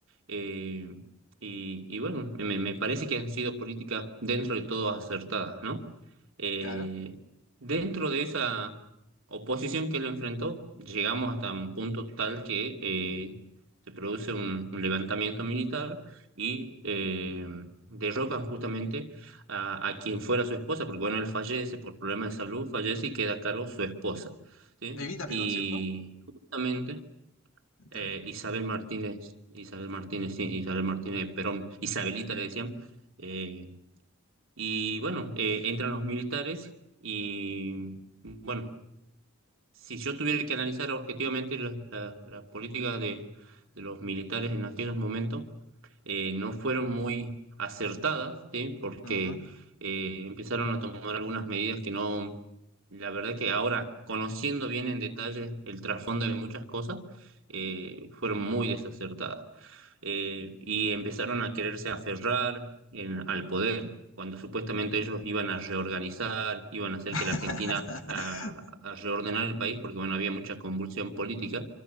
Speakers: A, on the right; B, on the left.
A: eh, y, y bueno, me, me parece que han sido políticas dentro de todo acertadas, ¿no? Eh,
B: claro.
A: dentro de esa oposición que lo enfrentó, llegamos hasta un punto tal que eh, se produce un, un levantamiento militar y eh, derrocan justamente a, a quien fuera su esposa, porque bueno, él fallece por problemas de salud, fallece y queda a cargo su esposa, ¿sí?
B: Evita
A: Y
B: Perón, ¿cierto?
A: justamente
B: Entiendo.
A: eh, Isabel Martínez, Isabel Martínez, sí, Isabel Martínez de Perón, Isabelita le decían, eh, y bueno, eh, entran los militares y bueno, si yo tuviera que analizar objetivamente la, la- la política de, de los militares en aquellos momentos, eh, no fueron muy acertadas, ¿sí? Porque
B: Ujú.
A: eh, empezaron a tomar algunas medidas que no, la verdad que ahora, conociendo bien en detalle el trasfondo de muchas cosas, eh, fueron muy desacertadas eh, y empezaron a quererse aferrar en- al poder cuando supuestamente ellos iban a reorganizar, iban a hacer que
B: <laughs>
A: la Argentina a, a reordenar el país, porque bueno, había mucha convulsión política,